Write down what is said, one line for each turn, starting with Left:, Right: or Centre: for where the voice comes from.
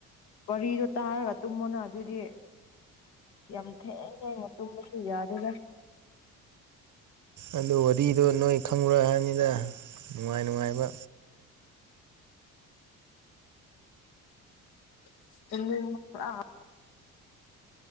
Left: ꯋꯥꯔꯤꯗꯣ ꯇꯥꯔꯒ ꯇꯨꯝꯑꫭꯅ ꯑꯗꯨꯏꯗꯤ꯫ ꯌꯥꯝ ꯊꯦꯡ ꯊꯦꯡꯅ ꯇꯨꯝꯕꯁꯨ ꯌꯥꯗꯦꯗ꯫
Right: ꯑꯗꯨ ꯋꯥꯔꯤꯗꯣ ꯅꯣꯏ ꯈꯪꯉꯨꯔ ꯍꯥꯏꯅꯤꯗ ꯅꯨꯡꯉꯥꯏ ꯅꯨꯡꯉꯥꯏꯕ꯫
Left: <unintelligible>